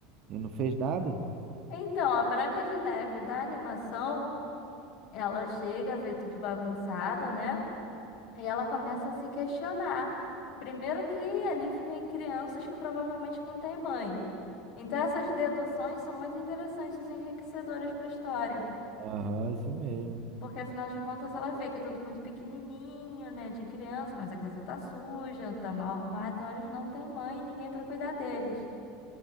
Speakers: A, on the right; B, on the left.
A: e não fez nada?
B: Então, a Branca de Neve da animação, ela chega a ver tudo bagunçado, né? E ela começa a se questionar. Primeiro que ali vivem crianças que provavelmente não têm mãe. Então, essas deduções são muito interessantes e enriquecedoras para a história.
A: Aham, isso mesmo.
B: Porque afinal de contas ela vê que é tudo muito pequenininho, né, de criança, mas a casa tá suja, tá mal arrumada, então eles não têm mãe, ninguém pra cuidar deles.